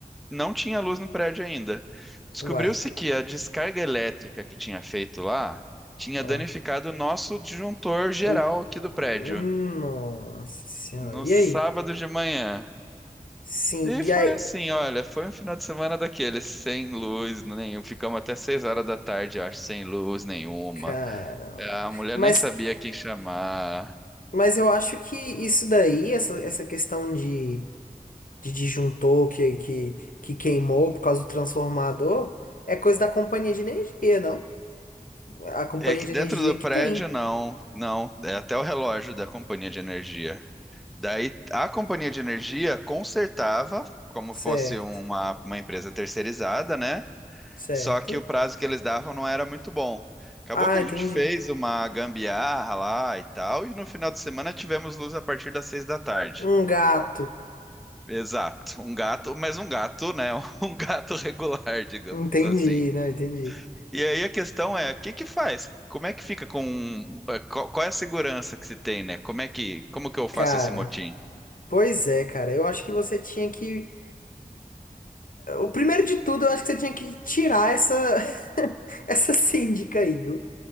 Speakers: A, in the centre; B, on the left.
A: não tinha luz no prédio ainda. Descobriu-se
B: Uai.
A: que a descarga elétrica que tinha feito lá tinha
B: Ó.
A: danificado o nosso disjuntor geral
B: O-
A: aqui do
B: Hum,
A: prédio.
B: Nossa senhora.
A: no
B: E
A: sábado
B: aí?
A: de manhã.
B: Sim,
A: E foi
B: e aí?
A: assim, olha, foi um final de semana daqueles, sem luz nenhum. Ficamos até seis horas da tarde, eu acho, sem luz nenhuma.
B: Caramba.
A: A mulher
B: Mas,
A: nem sabia quem chamar.
B: mas eu acho que isso daí, essa, essa questão de, de disjuntor que, que, que queimou por causa do transformador, é coisa da companhia de energia, não? A companhia
A: É que
B: de
A: dentro
B: energia
A: do prédio,
B: que tem.
A: não, não. É até o relógio da companhia de energia. Daí a companhia de energia consertava, como
B: Certo,
A: fosse uma, uma empresa terceirizada, né?
B: certo.
A: Só que o prazo que eles davam não era muito bom. Acabou
B: Ah,
A: que a gente
B: entendi.
A: fez uma gambiarra lá e tal, e no final de semana tivemos luz a partir das seis da tarde.
B: Um gato.
A: Exato, um gato, mas um gato, né? <laughs> Um gato regular, digamos
B: Entendi,
A: assim.
B: não, entendi.
A: E aí a questão é, o que que faz? Como é que fica com... eh, Qual qual é a segurança que se tem, né? Como é que... Como que eu faço
B: Cara,
A: esse motim?
B: pois é, cara. Eu acho que você tinha que. O primeiro de tudo, eu acho que você tinha que tirar essa <laughs> essa síndica aí, viu?